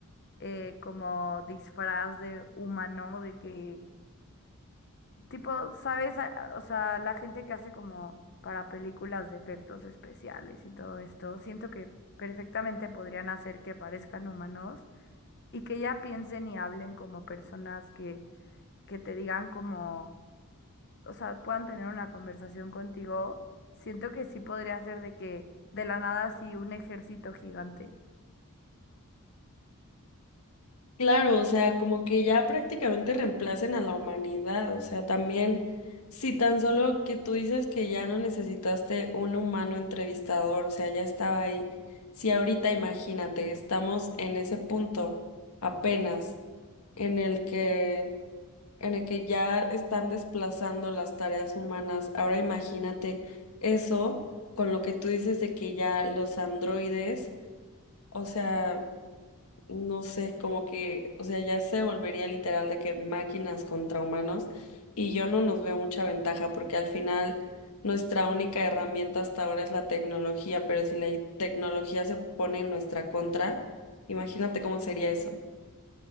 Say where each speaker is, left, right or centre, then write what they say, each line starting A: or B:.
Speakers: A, on the left; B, on the left.
A: eh, como disfraz de humano, de que tipo, ¿sabes? A- O sea, la gente que hace como para películas de efectos especiales y todo esto, siento que perfectamente podrían hacer que parezcan humanos y que ya piensen y hablen como personas que te digan como, o sea, puedan tener una conversación contigo, siento que sí podría ser de que de la nada así un ejército gigante.
B: Claro, o sea, como que ya prácticamente reemplacen a la humanidad, o sea, también, si tan solo que tú dices que ya no necesitaste un humano entrevistador, o sea, ya estaba ahí, si ahorita imagínate, estamos en ese punto apenas en el que, en el que ya están desplazando las tareas humanas, ahora imagínate eso con lo que tú dices de que ya los androides, o sea no sé, como que, o sea, ya se volvería literal de que máquinas contra humanos y yo no nos veo mucha ventaja porque al final nuestra única herramienta hasta ahora es la tecnología, pero si la tecnología se pone en nuestra contra, imagínate cómo sería eso.